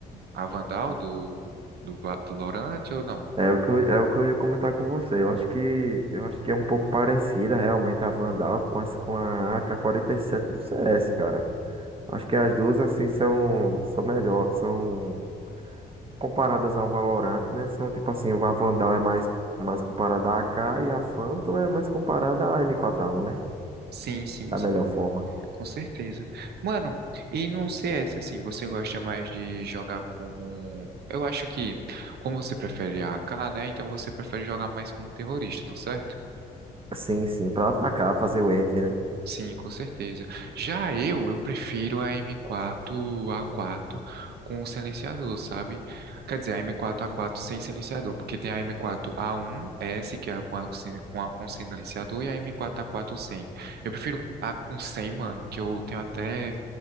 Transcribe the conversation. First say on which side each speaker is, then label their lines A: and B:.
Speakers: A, on the right; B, on the right.
A: a Vandal do, do, Va- do Valorant ou não?
B: É o que eu, é o que eu ia comentar com você. Eu acho que, eu acho que é um pouco parecida realmente a Vandal com, as, com a ak sete do CS, cara. Acho que as duas, assim, são, são melhor, são comparadas ao Valorant, né? São tipo assim, a Vandal é mais, mais comparada à AK e a Phantom é mais comparada à m quatro a um né?
A: Sim, sim,
B: Da
A: sim.
B: melhor forma.
A: Com certeza. Mano, e no CS, assim, você gosta mais de jogar como. Eu acho que, como você prefere a AK, né? Então você prefere jogar mais como terrorista, tá certo?
B: Sim, sim, para atacar, fazer o entry, né?
A: Sim, com certeza. Já eu, eu prefiro a M4 A4 com o silenciador, sabe? Quer dizer, a M4 A4 sem silenciador, porque tem a M4 A1S, que é com a, com a com silenciador, e a M4 A4 sem. Eu prefiro a com sem, mano, que eu tenho até